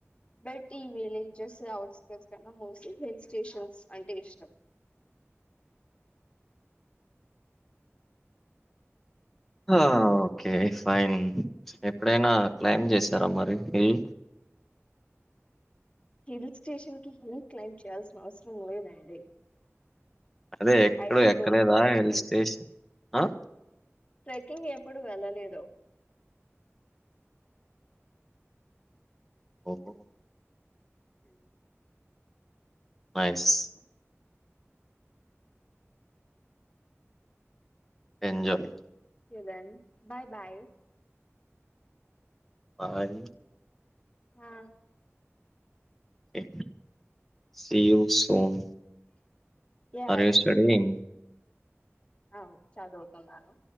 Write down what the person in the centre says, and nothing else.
ఆ ఓకే ఫైన్ ఎప్పుడైనా క్లైమ్బ్ చేసారా మరి హిల్
అదే ఎక్కడ
ఎక్కలేదా
హిల్ స్టేషన్ ఆ
ఓహో
nice enjoy
bye
K see you soon
are you
స్టడీయింగ్